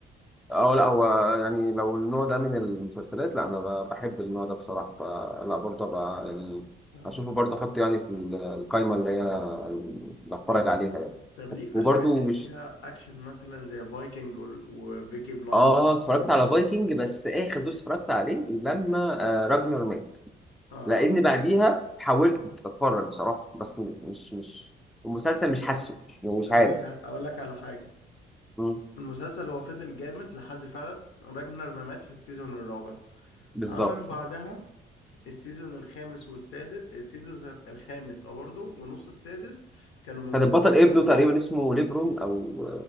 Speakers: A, in the centre; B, on the left.
A: اه لا هو يعني لو النوع ده من المسلسلات لا انا ب- بحب النوع ده بصراحة فلا برضه بقى يعني
B: آه.
A: اشوفه برضه احط يعني في القائمة اللي هي اللي هتفرج عليها يعني
B: طب ليك في
A: وبرضه
B: الحاجات اللي
A: مش
B: فيها أكشن مثلا زي فايكنج وبيكي بلايندرز
A: اه
B: والكلام
A: اتفرجت
B: ده
A: على فايكنج بس اخر دوس اتفرجت عليه لما آه راجنر مات
B: آه.
A: لان بعديها حاولت اتفرج بصراحه بس م- مش مش المسلسل مش حاسه يعني مش
B: أقول
A: عارف
B: لك ع- أقول لك على حاجة
A: مم.
B: المسلسل هو فضل جامد لحد فعلا راجنر ما مات في السيزون الرابع
A: بالظبط
B: عملوا بعدها السيزون الخامس والسادس السيزون الخامس اه برضه ونص السادس كانوا مملين
A: كان البطل ابنه
B: طيب
A: تقريبا اسمه ليبرون او